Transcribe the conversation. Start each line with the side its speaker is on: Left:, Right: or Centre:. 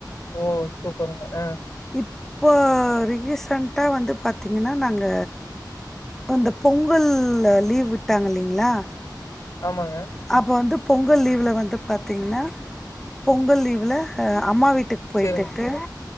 Left: ஓ சூப்பருங்க ஆ
Centre: இப்போ ரீசன்ட்டா வந்து பாத்தீங்கன்னா நாங்க அந்த பொங்கல் லீவ் விட்டாங்க இல்லிங்களா
Left: ஆமாங்க
Centre: அப்போ வந்து பொங்கல் லீவ்ல வந்து பாத்தீங்கன்னா பொங்கல் லீவ்ல ஆ அம்மா வீட்டுக் போய்ட்டுட்டு
Left: சேரிங்